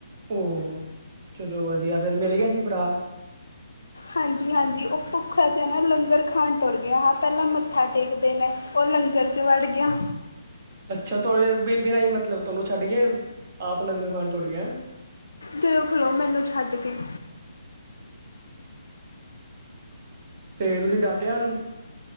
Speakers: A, on the right; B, on the left.
A: ਓ ਹੋ ਚਲੋ ਵਧੀਆ ਫੇਰ ਮਿਲ ਗਿਆ ਸੀ ਭਰਾ?
B: ਹਾਂਜੀ- ਹਾਂਜੀ ਉਹ ਭੁੱਖਾ ਜੇਹਾ ਨਾ ਲੰਗਰ ਖਾਣ ਤੁਰ ਗਿਆ ਹ- ਪਹਿਲਾਂ ਮੱਥਾ ਟੇਕ ਦੇ ਨੇ ਫੇਰ ਲੰਗਰ 'ਚ ਵੜ ਗਿਆ।
A: ਅੱਛਾ ਤੁਹਾਡੇ ਬੀਬੀ ਨਾਲ ਨੀ ਮਤਲਬ ਤੁਹਾਨੂੰ ਛੱਡ ਗਿਆ ਆਪ ਲੰਗਰ ਖਾਣ ਤੁਰ ਗਿਆ ਏ।
B: ਦੇਖ ਲੋ ਮੈਨੂੰ ਛੱਡ ਕੇ।
A: ਫੇਰ ਤੁਸੀਂ ਡਟਿਆ ਓਨੂੰ?